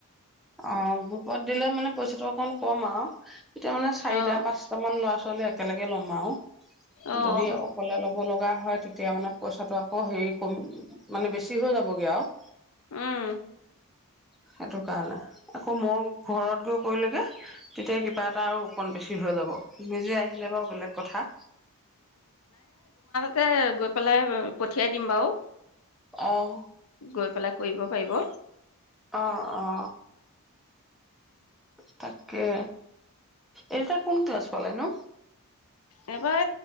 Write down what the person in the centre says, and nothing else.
অ, গ্ৰুপত দিলে মানে পইচাটো অকমান কম আৰু এতিয়া মানে চাৰিটা,
পাঁচটা মান ল'ৰা ছোৱী ললে, একেলগে ল'ম আৰু
যদি অকলে ল'ব লগা কা হয়, তেতিয়া মানে পইচাটো আকৌ হেৰি কম মানে, বেছি হৈ যাবগে আৰু।
সেইটো কাৰণে আকৌ, মই ঘৰত গৈ কৰিলেগে তেতিয়া কিবা এটা আৰু অকণ বেছি হৈ যাব। নিজে আহিলে বাৰু বেলেগ কথা
অহ
অ, অ, তাকে এইয়া কোন ক্লাছ পালে নো?